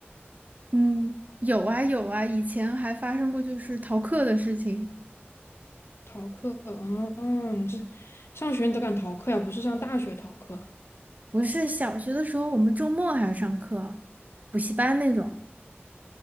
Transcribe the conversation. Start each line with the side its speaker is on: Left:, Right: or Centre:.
Right: 嗯，有啊有啊，以前还发生过就是逃课的事情。
Left: <laughs> 逃课。嗯，你这上学你都敢逃课呀？不是上大学逃课。
Right: 不是小学的时候，我们周末还要上课，补习班那种。